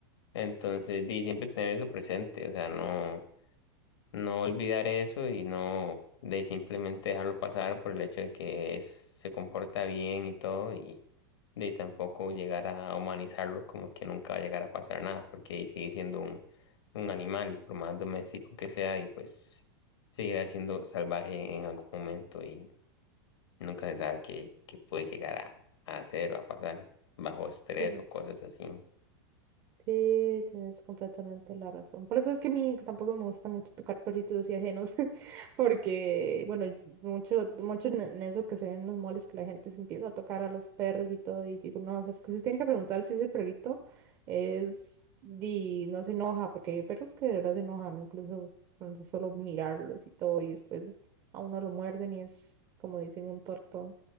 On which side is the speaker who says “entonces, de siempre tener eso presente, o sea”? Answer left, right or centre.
Left